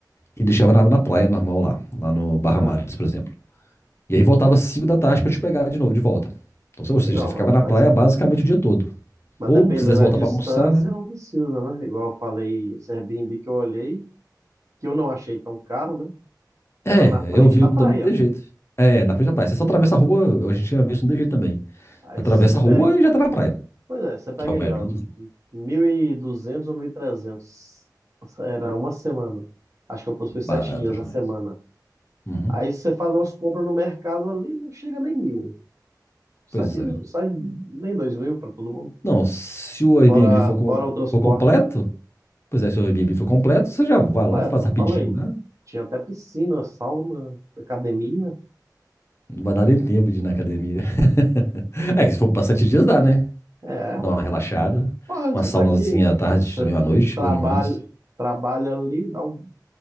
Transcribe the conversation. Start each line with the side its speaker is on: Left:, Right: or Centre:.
Left: e deixava na, na praia normal lá, lá no Barra
Right: Ah,
Left: Mares, por exemplo. E aí voltava às cinco da tarde pra te pegar de novo, de volta. Então, ou seja,
Right: igual,
Left: você ficava
Right: ma-
Left: na
Right: mas,
Left: praia basicamente o dia todo.
Right: mas
Left: Ou
Right: dependendo
Left: quisesse
Right: da
Left: voltar
Right: distância,
Left: pra almoçar, né?
Right: não precisa, né? Igual eu falei, esse Airbnb que eu olhei, que eu não achei tão caro, né?
Left: É,
Right: Era na frente
Left: eu vi
Right: da
Left: um
Right: praia.
Left: também de jeito. É, na frente da praia. Você só atravessa a rua, a gente tinha visto um de jeito também.
Right: Aí
Left: Atravessa
Right: você pega,
Left: a rua e já tá na praia.
Right: Pois é, você pega
Left: Que é o
Right: aí,
Left: melhor
Right: ó,
Left: dos mundos.
Right: 1.200 ou mil e trezentos Era uma semana. Acho que eu pus
Left: barato
Right: foi sete dias
Left: demais.
Right: na semana.
Left: Uhum,
Right: Aí você faz umas compras no mercado ali, não chega nem mil. Sai,
Left: pois
Right: de-
Left: é.
Right: sai nem dois mil para todo mundo.
Left: Não, se o Airbnb
Right: Fora,
Left: for, com-
Right: fora o transporte
Left: for completo, pois é, se o Airbnb for completo, você já vai
Right: completo,
Left: lá, faz
Right: eu
Left: rapidinho
Right: falei.
Left: lá.
Right: Tinha até piscina, sauna, academia.
Left: Não vai dar nem tempo de ir na academia. <laughs> É que se for pra sete dias dá, né?
Right: É,
Left: Dá
Right: ué.
Left: uma relaxada.
Right: Mano,
Left: Uma
Right: você
Left: saunazinha
Right: tá aqui,
Left: à tarde,
Right: você
Left: também à noite,
Right: trabalha,
Left: bom demais.
Right: trabalha ali, dá um